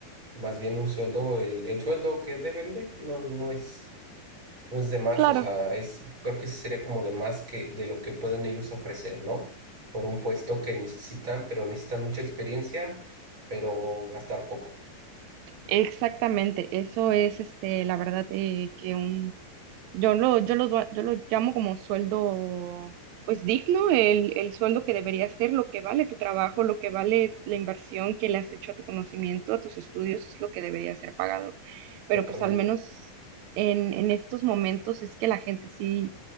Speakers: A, on the right; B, on the right.
A: más bien un sueldo, el, el sueldo que deben de no, no es, no es de más,
B: Claro,
A: o sea, es, creo que sí sería como de más que de lo que pueden ellos ofrecer, ¿no? Por un puesto que necesitan, pero necesitan mucha experiencia, pero gastar poco.
B: exactamente. Eso es, este, la verdad, eh, que un Yo lo, yo lo, yo lo llamo como sueldo, pues digno, el, el sueldo que debería ser, lo que vale tu trabajo, lo que vale la inversión que le has hecho a tu conocimiento, a tus estudios, es lo que debería ser pagado. Pero
A: Totalmente.
B: pues al menos en, en estos momentos es que la gente sí,